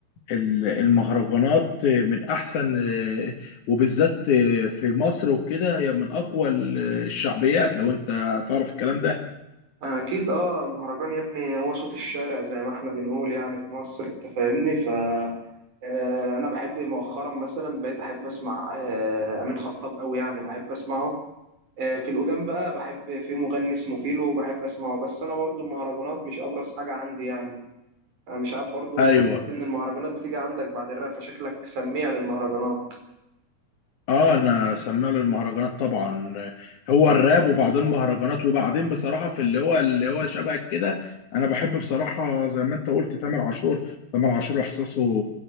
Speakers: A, on the left (about 70°); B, on the right (about 75°).
A: ال- المهرجانات آه، من احسن آه، وبالذات آه، في مصر وكده هي من اقوى ال- الشعبيات لو انت تعرف الكلام ده
B: انا اكيد اه المهرجان يا ابني هو صوت الشارع زي ما احنا بنقول يعني في مصر انت فاهمني ف آه، انا بحب مؤخرا مثلا بقيت احب اسمع آه، امين خطاب قوي يعني بحب اسمعه آه، في القدام بقى بحب في مغني اسمه فيلو وبحب اسمعه بس انا برضو المهرجانات مش ابرز حاجه عندي يعني انا مش عارف برضو
A: ايوه
B: انت بتقول ان المهرجانات بتيجي عندك بعد الراب فشكلك سميع للمهرجانات
A: اه انا سمع له المهرجانات طبعا هو الراب وبعدين مهرجانات وبعدين بصراحه في اللي هو اللي هو شبه كده انا بحب بصراحه زي ما انت قلت تامر عاشور تامر عاشور احساسه